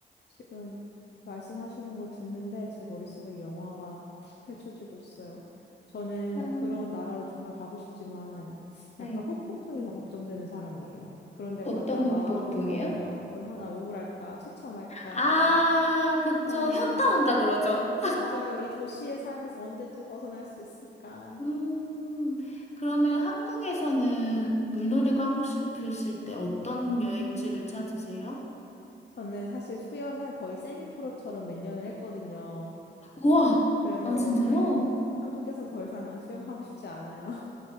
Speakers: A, on the left; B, on the left.
A: 지금 말씀하시는 걸 듣는데 제 머릿속에 영화가 탁 펼쳐지고 있어요. 저는
B: 아,
A: 그런 나라를 정말 가고 싶지만
B: 네.
A: 약간 혹폭풍이 더 걱정되는 사람이에요. 그런데
B: 어떤
A: 갔다가
B: 북이요
A: 한국에 오면 얼마나 우울할까, 처참할까.
B: 아, 그쵸.
A: 에.
B: 현타 온다 그러죠.
A: 맞아요. 이 도시의 삶에서 언제쯤 벗어날 수 있을까?
B: 음, 그러면 한국에서는 물놀이 가고 싶으실 때 어떤 여행지를 찾으세요?
A: 저는 사실 수영을 거의 세미프로처럼 몇 년을 했거든요.
B: 우와!
A: 그래서
B: 아, 진짜요?
A: 한국에서 더 이상은 수영하고 싶지 않아요. <laughs>